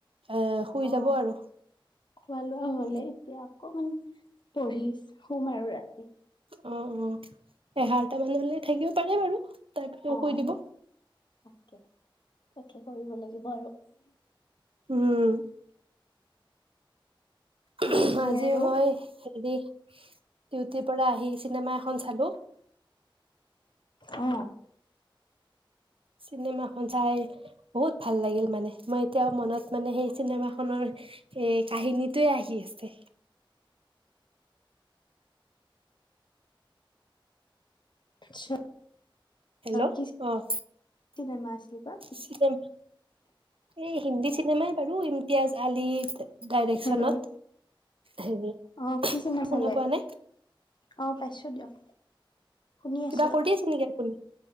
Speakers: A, on the right; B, on the left.
A: এ শুই
B: অ
A: যাব আৰু
B: খোৱা লোৱা হ'লে
A: উম
B: এতিয়া অকমান পঢ়িছ সোম আৰু ৰাতি
A: অ অ এঘাৰটা মানলে থাকিব পাৰিম আৰু তাৰপিছত
B: অ
A: শুই দিব
B: তাকে তাকে কৰিব লাগিব আৰু
A: উম উমহ
B: বাকী
A: আজি
B: আৰু
A: মই হেৰি ডিউটিৰ পৰা আহি চিনেমা এখন চালো
B: অ
A: চিনেমাখন চাই বহুত ভাল লাগিল মানে মই এতিয়াও মনত মানে সেই চিনেমাখনৰ এ কাহিনীটোৱে আহি আছে
B: আচ্ছা
A: হেল্ল'
B: কি
A: অহ
B: চিনেমা আছিল বা
A: চিনে এই হিন্দী চিনেমাই বাৰু ইমতিয়াজ আলি ডাইৰেকচনত
B: হেল্ল'
A: হেৰি
B: আহ কি চিনেমা
A: শুনা
B: চালে
A: পোৱা নাই
B: অ পাইছোঁ দিয়ক শুনি আছো।
A: কিবা কৰি আছে নেকি আপুনি